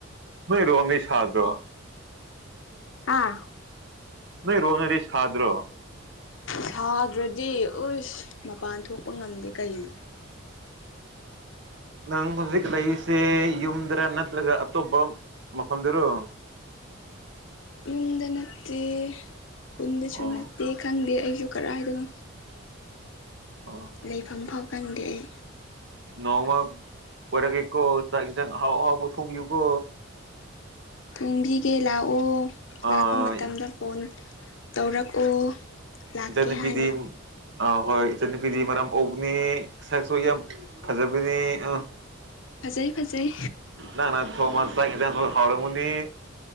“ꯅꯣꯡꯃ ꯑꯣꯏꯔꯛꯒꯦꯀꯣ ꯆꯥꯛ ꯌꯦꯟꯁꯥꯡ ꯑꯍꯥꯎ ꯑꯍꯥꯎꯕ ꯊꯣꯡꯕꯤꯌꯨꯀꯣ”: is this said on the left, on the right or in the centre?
Right